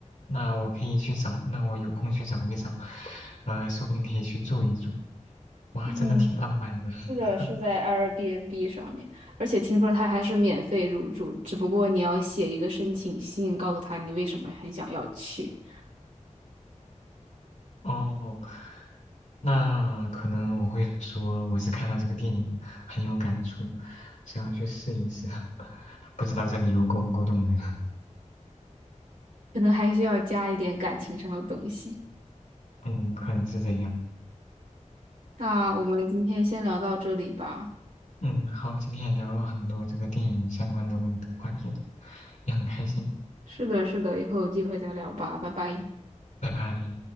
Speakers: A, on the left; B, on the right.
A: 那我可以去找，那我有空去找一找，呃，说不定可以去住一住。哇，
B: 嗯，
A: 真的挺浪漫的。<laughs>
B: 是的，是在 Airbnb 上面，而且听说它还是免费入住，只不过你要写一个申请信，告诉他你为什么很想要去。
A: 哦，那可能我会说我是看到这个电影很有感触，想要去试一试，<laughs> 不知道这礼物够不够动人。<laughs>
B: 可能还需要加一点感情上的东西。
A: 嗯，可能是这样。
B: 那我们今天先聊到这里吧。
A: 嗯，好，今天也聊了很多这个电影相关的问话题了，也很开心。
B: 是的，是的，以后有机会再聊吧，拜拜。
A: 拜拜。